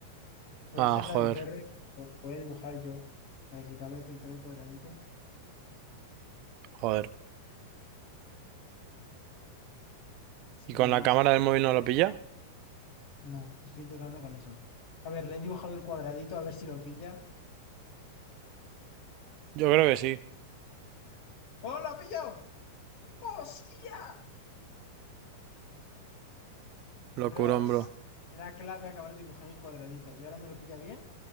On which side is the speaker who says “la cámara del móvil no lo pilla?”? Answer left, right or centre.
Right